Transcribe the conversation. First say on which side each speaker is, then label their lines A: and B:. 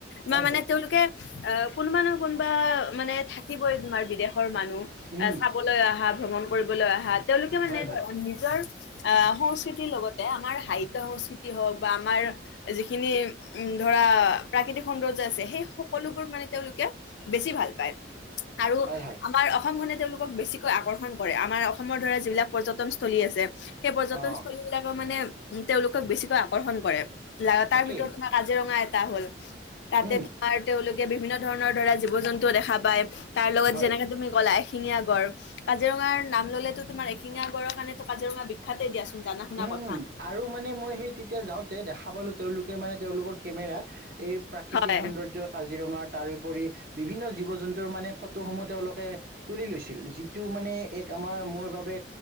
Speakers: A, on the right; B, on the left.
A: হয়
B: বা মানে
A: হয়
B: তেওঁলোকে অ, কোনবা নহ কোনবা মানে থাকিবই তোমাৰ বিদেশৰ মানুহ আহ,
A: উম,
B: চাবলৈ আহা ভ্ৰমণ কৰিবলৈ আহা তেওঁলোকে মানে
A: হয় হয়
B: ধৰ <unintelligible> নিজৰ আহ, সংস্কৃতিৰ লগতে আমাৰ সাহিত্য সংস্কৃতি হওঁক বা আমাৰ যিখিনি উম, ধৰা প্ৰাকৃতিক সৌন্দৰ্য আছে সেই সকলোবোৰ মানে তেওঁলোকে বেছি ভাল পায় আৰু
A: হয় হয়
B: আমাৰ অসমখনে তেওঁলোকক বেছি কৈ আকৰ্ষণ কৰে আমাৰ অসমৰ ধৰা যিবিলাক পৰ্যটনস্থলী আছে সেই পৰ্যটনস্থলী
A: অঁ
B: বিলাকো মানে উম, তেওঁলোকক বেছিকৈ আকৰ্ষণ কৰে
A: তাকেই
B: তাৰ ভিতৰত তোমাৰ কাজিৰঙা এটা হ'ল তাতে
A: উম,
B: তোমাৰ তেওঁলোকে বিভিন্ন ধৰণৰ ধৰা জীৱ -জন্তুও দেখা পায় তাৰ লগত
A: হয়
B: যেনেকা তুমি ক'লাই এশিঙীয়া গড় কাজিৰঙাৰ নাম ল'লেতো তোমাৰ এশিঙীয়া গড়ৰ কাৰণেটো কাজিৰঙা বি বিখ্যাতে দিয়াচোন জানা শুনা
A: উম
B: কথা।
A: আৰু মানে মই সেই তেতিয়া যাওঁতে দেখা পালোঁ তেওঁলোকে মানে তেওঁলোকৰ কেমেৰাত এই প্ৰাকৃতিক
B: হয়
A: সৌন্দৰ্য কাজিৰঙা তাৰোপৰি বিভিন্ন জীৱ -জন্তুৰ মানে ফটোসমূহ তেওঁলোকে তুলি লৈছিল যিটো মানে এক আমাৰ মোৰ বাবে